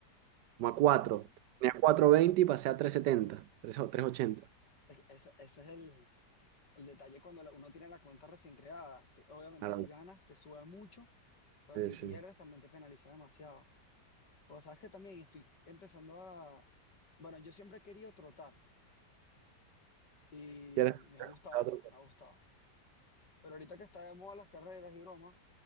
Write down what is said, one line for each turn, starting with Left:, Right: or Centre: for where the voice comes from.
Right: como a 4.
Left: Ok.
Right: Tenía cuatro veinte y pasé a tres setenta tres o tres ochenta
Left: es- Ese, ese es el, el detalle cuando la- uno tiene la cuenta recién creada, que obviamente
Right: Claro,
Left: si ganas te sube mucho, pero
Right: sí,
Left: si
Right: sí.
Left: pierdes también te penaliza demasiado. Pero sabes que también estoy empezando a... Bueno, yo siempre he querido trotar y
Right: ¿Quieres?
Left: me ha gustado,
Right: Claro,
Left: pues, me ha gustado. Pero ahorita que está de moda las carreras y broma,